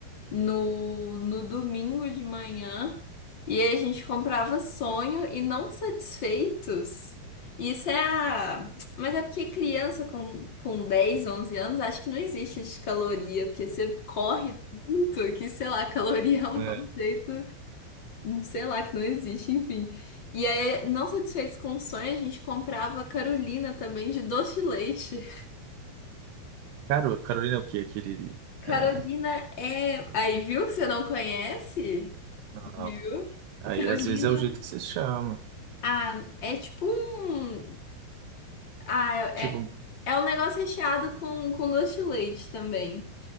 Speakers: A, on the left (about 35°); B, on the right (about 85°).
A: no, no domingo de manhã e aí a gente comprava sonho e não satisfeitos. Isso é a... Mas é porque criança com, com 10, 11 anos, acho que não existe de caloria, porque você corre tanto que, sei lá, caloria é um
B: é.
A: conceito sei lá, que não existe, enfim. E aí, não satisfeitos com o sonho, a gente comprava Carolina também de doce de leite.
B: Caro, Carolina é o quê? Aquele.
A: Carolina
B: É,
A: é. Aí, viu que você não conhece?
B: não.
A: Viu?
B: Aí
A: Carolina.
B: às vezes é o jeito que você chama.
A: Ah, é tipo um. Ah, é,
B: Tipo,
A: é é um negócio recheado com, com doce de leite também.